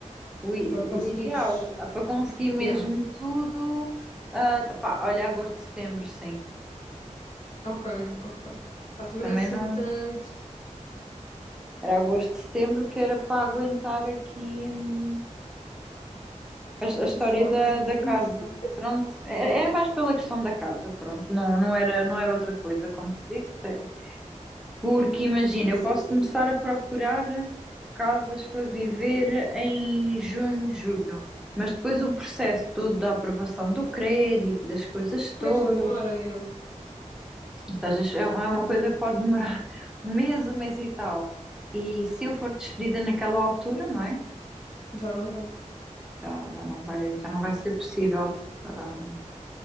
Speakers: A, in the centre; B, on the left (about 80°).
A: o, i-
B: Para conseguires.
A: o ideal ah, para conseguir mesmo
B: Yeah,
A: tudo, ah, pá, olha, agosto, setembro, sim.
B: ok, ok. Pá, também
A: Também
B: não é assim
A: não
B: tanto
A: era agosto, setembro que era para aguentar aqui hum, a, a história
B: o forte,
A: da,
B: no
A: da
B: fundo.
A: casa.
B: <laughs>
A: Pronto, era
B: Yeah.
A: era mais pela questão da casa, pronto, não, não era, não era outra coisa, como te disse, é, Porque imagina,
B: Sim,
A: eu
B: sim,
A: posso
B: sim.
A: começar a procurar casas para viver em junho, julho, mas depois o processo todo da aprovação do crédito, das coisas
B: Depois
A: todas,
B: demora, yeah.
A: isto às vezes é é uma coisa que pode demorar <laughs> um mês, um mês e tal. E se eu for despedida naquela altura, não é?
B: Já não dá.
A: Já, já não vai, já não vai ser possível. ah,